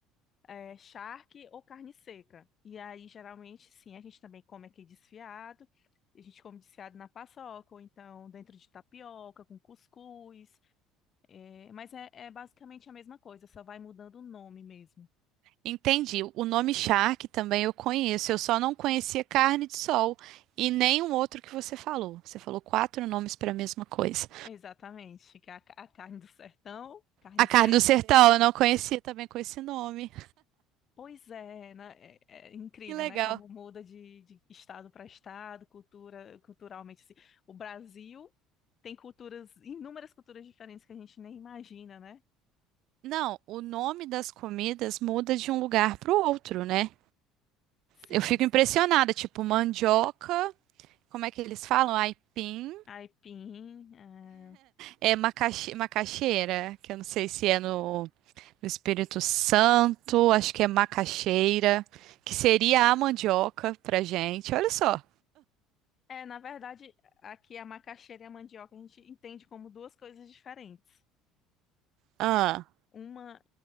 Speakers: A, on the left; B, on the right.
A: é, charque ou carne seca. E aí, geralmente, sim, a gente também come aqui desfiado. A gente come desfiado na paçoca, ou então dentro de tapioca, com cuscuz. É, mas é, é basicamente a mesma coisa, só vai mudando o nome mesmo.
B: Entendi. O nome charque também eu conheço. Eu só não conhecia carne de sol e nenhum outro que você falou. Você falou quatro nomes para a mesma coisa.
A: Exatamente, que é a, ca- a carne do sertão, carne
B: A
A: seca.
B: carne do sertão eu não conhecia também com esse nome.
A: Pois é, né? É, é incrível,
B: Que legal.
A: né? Como muda de, de estado para estado, cultura, culturalmente. assim. O Brasil tem culturas, inúmeras culturas diferentes que a gente nem imagina, né?
B: Não, o nome das comidas muda de um lugar para o outro, né?
A: Sim.
B: Eu fico impressionada, tipo mandioca, como é que eles falam? Aipim,
A: Aipim. É,
B: é macaxi- macaxeira, que eu não sei se é no, no Espírito Santo, acho que é macaxeira, que seria a mandioca pra gente. Olha só.
A: É, na verdade, aqui a macaxeira e a mandioca a gente entende como duas coisas diferentes.
B: Ah,
A: Uma,